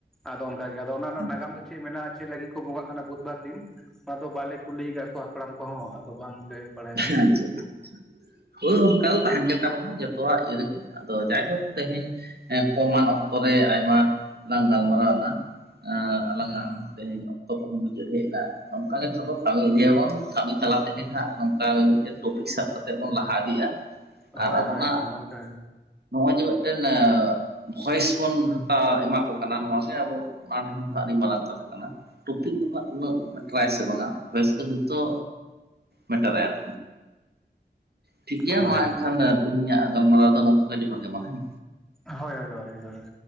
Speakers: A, in the centre; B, on the right.
A: ᱟᱫᱚ ᱚᱱᱠᱟ ᱜᱮ ᱟᱫᱚ ᱚᱱᱟ ᱨᱮᱱᱟᱜ
B: ᱟᱪᱪᱷᱟ
A: ᱱᱟᱜᱟᱢ ᱫᱚ ᱪᱮᱫ ᱢᱮᱱᱟᱜᱼᱟ ᱪᱮᱫ ᱞᱟᱹᱜᱤᱫ ᱠᱚ ᱵᱚᱸᱜᱟᱜ ᱠᱟᱱᱟ ᱵᱩᱫᱷᱵᱟᱨ ᱫᱤᱱ? ᱟᱫᱚ ᱵᱟᱞᱮ ᱠᱩᱞᱤ ᱟᱠᱟᱫ ᱠᱚᱣᱟ ᱦᱟᱯᱲᱟᱢ ᱠᱚᱦᱚᱸ ᱟᱫᱚ ᱵᱟᱝᱞᱮ ᱵᱟᱲᱟᱭᱟ
B: ᱦᱮᱸ
A: ᱚᱱᱟ ᱫᱚ
B: ᱡᱚᱛᱷᱚ᱾ ᱦᱳᱭ ᱚᱱᱠᱟ ᱜᱮ ᱛᱟᱦᱮᱱ ᱜᱮᱛᱟᱵᱚᱱᱟ ᱡᱚᱛᱚᱣᱟᱜ ᱤᱭᱟᱹ ᱨᱮᱜᱮ ᱟᱫᱚ ᱡᱟᱭᱦᱳᱠ ᱛᱮᱦᱮᱧ ᱦᱮᱸ ᱠᱚᱢᱟᱱ ᱚᱠᱛᱚ ᱨᱮ ᱟᱭᱢᱟ ᱞᱟᱝ ᱜᱟᱞᱢᱟᱨᱟᱣᱱᱟ ᱮᱸ ᱟᱞᱟᱝᱟᱜ
A: ᱦᱮᱸ
B: ᱛᱮᱦᱮᱧ ᱚᱠᱛᱚ ᱠᱚᱦᱚᱸ ᱢᱩᱪᱟᱹᱫ ᱦᱮᱡ ᱮᱱᱟ ᱱᱚᱝᱠᱟ ᱜᱮ ᱪᱚᱞᱚ ᱠᱟᱹᱢᱤ ᱤᱫᱤᱭᱟᱵᱚᱱ ᱠᱟᱹᱢᱤ ᱛᱟᱞᱟ ᱛᱮᱜᱮ ᱦᱟᱸᱜ ᱢᱤᱫᱴᱮᱱ ᱴᱚᱯᱤᱠ ᱥᱟᱵ ᱠᱟᱛᱮ ᱵᱚᱱ ᱞᱟᱦᱟ ᱤᱫᱤᱜᱼᱟ᱾
A: ᱦᱳᱭ
B: ᱟᱨ ᱟᱵᱚᱱᱟᱜ
A: ᱦᱳᱭ ᱦᱳᱭ ᱱᱚᱝᱠᱟ
B: ᱱᱚᱜᱼᱚᱭ ᱡᱮ ᱢᱤᱫᱴᱮᱱ ᱮᱜ ᱵᱷᱚᱭᱮᱥ ᱵᱚᱱ ᱦᱟᱛᱟᱣ ᱮᱢᱟ ᱠᱚ ᱠᱟᱱᱟ ᱱᱚᱣᱟᱜᱮ ᱟᱵᱚ ᱡᱟᱨᱟᱝ ᱦᱟᱜ ᱟᱹᱰᱤ ᱢᱟᱨᱟᱝ ᱠᱟᱛᱷᱟ ᱠᱟᱱᱟ ᱴᱚᱯᱤᱠ ᱫᱚᱦᱟᱸᱜ ᱩᱱᱟᱹᱜ ᱢᱮᱴᱟᱨᱟᱭ ᱥᱮ ᱵᱟᱝᱟ ᱵᱷᱚᱭᱮᱥ ᱜᱮ ᱦᱳᱭᱛᱳ ᱢᱮᱴᱟᱨᱟᱭ ᱟᱨᱠᱤ, ᱴᱷᱤᱠ ᱜᱮᱭᱟ
A: ᱦᱳᱭ
B: ᱢᱟ ᱮᱱᱠᱷᱟᱱ ᱛᱮᱦᱮᱧᱟᱜ ᱜᱟᱞᱢᱟᱨᱟᱣ ᱫᱚ ᱱᱚᱝᱠᱟ ᱜᱮ ᱡᱚᱦᱟᱨ ᱜᱮ ᱢᱟ ᱦᱮᱸ᱾
A: ᱦᱳᱭ ᱦᱳᱭ ᱡᱚᱦᱟᱨ ᱜᱮ ᱡᱚᱦᱟᱨ ᱜᱮ᱾